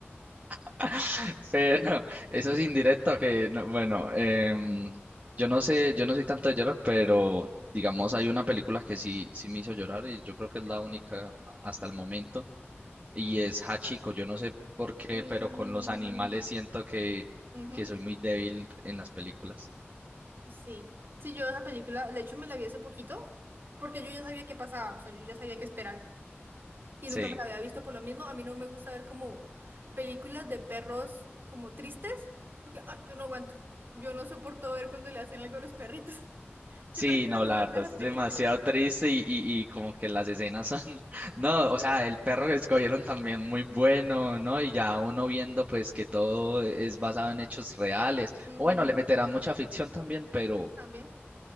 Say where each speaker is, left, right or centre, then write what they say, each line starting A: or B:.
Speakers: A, on the right; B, on the right.
A: <laughs> Pero eso es indirecto que, no- bueno, em, yo no sé, yo no soy tanto de llorar, pero digamos hay una película que sí, sí me hizo llorar y yo creo que es la única a- hasta el momento y es Hachiko. Yo no sé por qué,
B: Mm,
A: pero con los animales siento que,
B: ujú.
A: que soy muy débil en las películas.
B: Sí, sí, yo esa película, de hecho me la vi hace poquito, porque yo ya sabía qué pasaba, o sea, yo ya sabía qué esperar. Y
A: Sí.
B: nunca me la había visto por lo mismo. A mí no me gusta ver como películas de perros como tristes, porque ah, yo no aguanto. Yo no soporto ver cuando le hacen algo a los perritos. <laughs> Yo
A: Sí,
B: prefiero
A: no, la
B: no verme
A: verdad
B: esas
A: es
B: películas.
A: demasiado triste y, y, y como que las escenas son, <laughs> no, o sea, el perro que escogieron también muy bueno, ¿no? Y ya uno viendo pues que todo es basado en hechos reales.
B: Ujú,
A: O bueno, le meterán mucha ficción también, pero,
B: También.